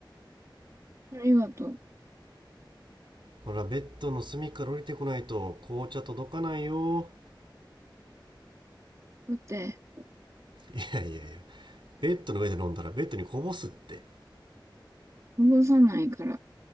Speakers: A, on the right (about 40°); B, on the right (about 75°).
A: ありがとう。
B: ほら、ベッドの隅から降りてこないと紅茶届かないよ。
A: だって、
B: いやいやいや、ベッドの上で飲んだらベッドにこぼすって。
A: こぼさないから、